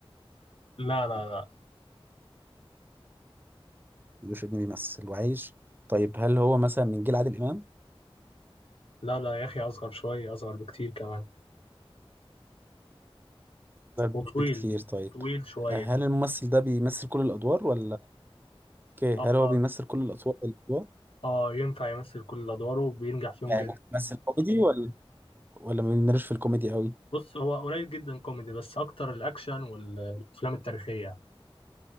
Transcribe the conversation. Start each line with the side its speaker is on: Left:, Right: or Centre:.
Left: لا لا لا
Right: ملوش ابن بيمثل وعايش طيب هل هو مثلا من جيل عادل إمام؟
Left: لا لا يا أخي أصغر شوية أصغر بكتير كمان
Right: ده
Left: وطويل
Right: بكتير طيب
Left: طويل شوية
Right: آه، هل الممثل ده بيمثل كل الأدوار ولا اوكي
Left: اه
Right: هل هو
Left: اه
Right: بيمثل كل الأطوار الأدوار؟
Left: آه، ينفع يمثل كل أدواره وبينجح فيهم
Right: يعني
Left: جدا
Right: ممكن يمثل كوميدي ولا ولا ما بيميلش في الكوميدي قوي؟
Left: بص هو قليل جدا كوميدي بس أكتر الأكشن والأفلام التاريخية يعني.